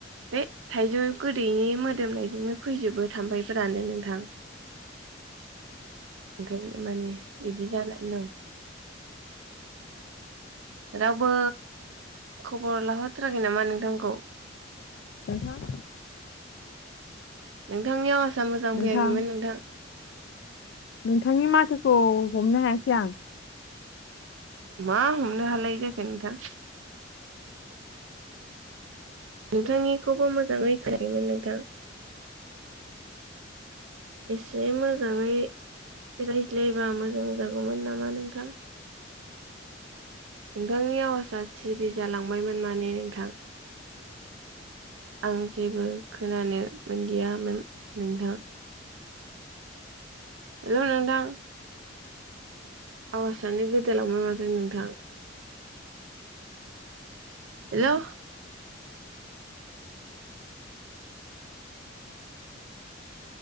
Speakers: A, on the right; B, on the left.
A: ए थाइजौ गोदैनि मोदोमनायजोंनो फैजोबो थामफैफोरानो नोंथां ओंखायनो माने इदि जानानै दं रावबो खबर लाहर थाराखै नामा नोंथांखौ?
B: नोंथां
A: नोंथांंनि आवाज सा मोजां
B: नोंथां
A: फैयाखैमोन नोंथां
B: नोंथांनि माथोखौ हमनो हायासै आं
A: मा हमनो हालायै जाखो नोंथां नोंथांनिखौबो मोजाङै खोनायाखैमोन नोंथां एसे मोजाङै रायज्लायबा मोजां जागौमोन नामा नोंथां नोंथांनि आवाजआ सिरि जालांबायमोन माने नोंथां आं जेबो खोनानो मोनदियामोन नोंथां हेलौ नोंथां आवासानो गोदो लांबाय माथो नोंथां हेलौ